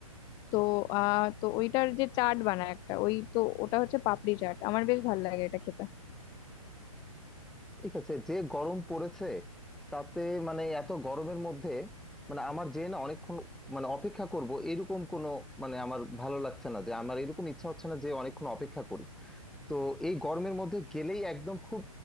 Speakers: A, on the left (about 20°); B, in the centre.
A: তো আহ তো ওইটার যে চাট বানায় একটা ওই তো ওটা হচ্ছে পাপড়ি চাট আমার বেশ ভালো লাগে এটা খেতে
B: ঠিক আছে যে গরম পড়েছে তাতে মানে এত গরমের মধ্যে মানে আমার যে না অনেকক্ষণ মানে অপেক্ষা করব এরকম কোনো মানে আমার ভালো লাগছে না যে আমার এরকম ইচ্ছা হচ্ছে না যে অনেকক্ষণ অপেক্ষা করি তো এই গরমের মধ্যে গেলেই একদম খুব